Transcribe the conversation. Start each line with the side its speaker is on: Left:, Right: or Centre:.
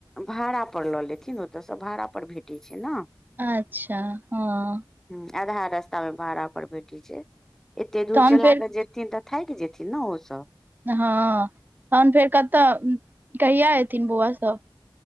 Centre: भाड़ा पर लऽ लेथिन ओतयसँ भाड़ा पर भेटैत छै ने
Right: अच्छा हँ
Centre: ह आधा रास्ता मे भाड़ा पर भेठे छै एते दूर
Right: तहन
Centre: चला
Right: फेर
Centre: क जे नत थैक जेथिन न ओसभ
Right: हँ तहन फेर कत कहिआ एथिन बौआ सब